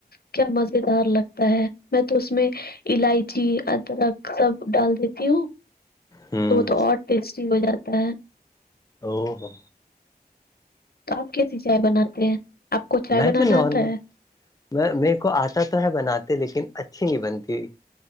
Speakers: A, on the left; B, on the left.
A: کیا مزہ مزے دار لگتا ہے میں تو اس میں الائچی ادرک سب ڈال دیتی ہوں
B: ہ
A: تو وہ تو اور ٹیسٹی ہو جاتا ہے
B: او ہوو
A: تو آپ کیسی چائے بناتے ہیں آپ کو چائے
B: میں
A: بنانا
B: تو نارمل
A: آتا ہے
B: میں میرے کو آتا تو ہے بناتے لیکن اچھی نہیں بنتی ہوئی